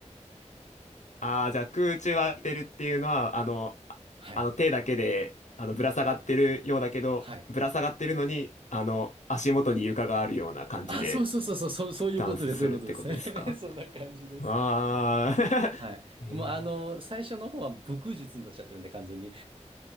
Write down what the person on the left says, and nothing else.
ああ、じゃあ空中を歩いてるっていうのは、あの、ああの手だけで、
あの、ぶら下がってるようだけど、
ぶら下がってるのに、あの、足元に床があるような感じで
ダンスするってことですか
ああ
ー、<laughs> えー